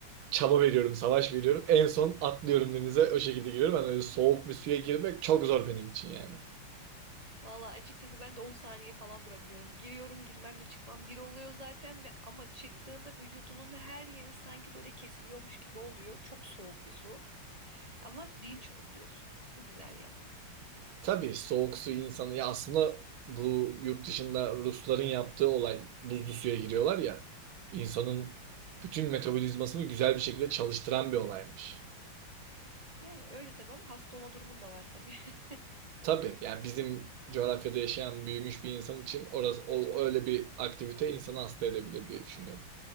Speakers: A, on the right; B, on the right.
A: çaba veriyorum, savaş veriyorum. En son atlıyorum denize, o şekilde giriyorum. Ben öyle soğuk bir suya girmek çok zor benim için yani.
B: Valla açıkçası ben de 10 saniye falan durabiliyorum. Giriyorum, girmemle çıkmam bir oluyor zaten ve ama çıktığında vücudunun her yeri sanki böyle kesiliyormuş gibi oluyor. Çok soğuk bir su. Ama dinç oluyorsun. Bu güzel yanı.
A: Tabii soğuk suyu insanı ya aslında bu yurt dışında Rusların yaptığı olay buzlu suya giriyorlar ya insanın bütün metabolizmasını güzel bir şekilde çalıştıran bir olaymış.
B: Yani öyle tabii ama hasta olma durumun da var tabii. <laughs>
A: Tabii yani bizim coğrafyada yaşayan büyümüş bir insan için orası o, öyle bir aktivite insanı hasta edebilir diye düşünüyorum.